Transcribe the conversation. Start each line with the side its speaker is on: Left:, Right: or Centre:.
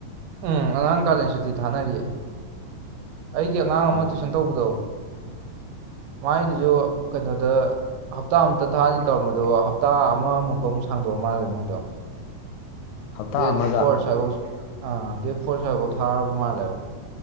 Right: ꯎꯝ ꯑꯉꯥꯡ ꯀꯥꯂꯦꯟ ꯁꯇꯤ ꯊꯥꯅꯔꯤꯌꯦ ꯑꯩꯒꯤ ꯑꯉꯥꯡ ꯑꯃ
Left: ꯑꯥ
Right: ꯇꯨꯏꯁꯟ ꯇꯧꯕꯗꯣ ꯃꯥꯥꯏꯗꯨ ꯌ ꯀꯩꯅꯣꯗ ꯍꯞꯇꯥ ꯑꯝꯇ ꯊꯥꯅꯤ ꯇꯧꯔꯝꯃꯗ ꯑꯗꯣ ꯍꯞꯇꯥ ꯑꯃꯃꯨꯛꯀ ꯑꯃꯨꯛ ꯁꯥꯡꯗꯣꯛꯑ ꯃꯥꯜꯂꯦ ꯃꯣꯏꯗꯣ
Left: ꯍꯞꯇꯥ
Right: ꯗꯦꯠ
Left: ꯑꯃꯒ
Right: ꯐꯣꯔ ꯁ꯭ꯋꯥꯏꯐꯥꯎ ꯑꯥ ꯗꯦꯠ ꯐꯣꯔ ꯁ꯭ꯋꯥꯏꯐꯥꯎ ꯊꯥꯔꯕ ꯃꯥꯜꯂꯦꯕ